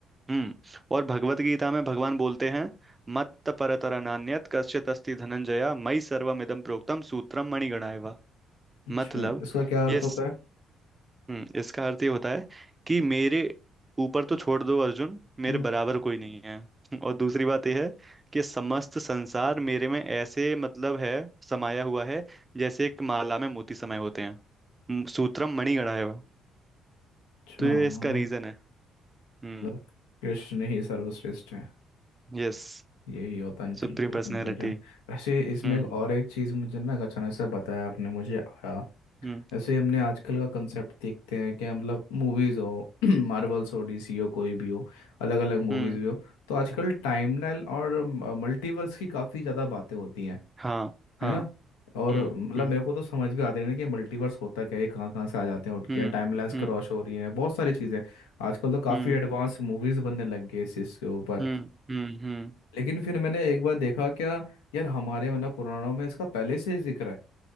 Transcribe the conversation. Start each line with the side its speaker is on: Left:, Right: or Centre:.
Right: हम्म और भगवत गीता में भगवान बोलते हैं मत्त परतरा नान्यत कश्चित अस्ति धनंजया मयि सर्वमिदं प्रोक्तम सूत्रम मणिगणाय वा
Left: अच्छा
Right: मतलब
Left: इसका क्या अर्थ
Right: ये
Left: होता है
Right: हम्म इसका अर्थ ये होता है कि मेरे ऊपर तो छोड़ दो अर्जुन मेरे
Left: हम्म,
Right: बराबर कोई नहीं है <laughs> और दूसरी बात यह है कि समस्त संसार मेरे में ऐसे मतलब है समाया हुआ है जैसे एक माला में मोती समाये होते हैं हम्म, सूत्रम मणिगणा है वह
Left: अच्छा
Right: तो ये इसका
Left: मतलब
Right: रीजन है हम्म
Left: मतलब कृष्ण ही सर्वश्रेष्ठ है
Right: Yes
Left: यही होता है
Right: supreme personality
Left: कंक्लूजन वैसे इसमें
Right: हम्म
Left: एक और एक चीज़ मुझे ना अचानक से बताया आपने मुझे आया
Right: हम्म
Left: ऐसे हमने आजकल का कंसेप्ट देखते हैं कि मतलब मूवीज़ हो <clears throat> मार्वल्स हो डीसी हो कोई भी हो अलग अलग मूवीज़
Right: हम्म
Left: भी हो तो आजकल टाइमलाइन और मल्टीवर्स की काफ़ी ज़्यादा बातें होती हैं
Right: हाँ हाँ
Left: है ना और
Right: हम्म
Left: मतलब
Right: हम्म
Left: मेरे को तो समझ भी आते नहीं ना कि मल्टीवर्स होता क्या है ये कहाँ कहाँ से आ जाते हैं उठ के
Right: हम्म
Left: टाइमलाइंस
Right: हम्म
Left: क्रॉस हो रही हैं बहुत सारी चीज़ें आजकल तो काफ़ी
Right: हम्म
Left: एडवांस मूवीज बनने लग गई इस चीज़ के ऊपर
Right: हम्म हम्म हम्म
Left: लेकिन फिर मैंने एक बार देखा क्या यार हमारे मतलब पुराणों में इसका पहले से ही जिक्र है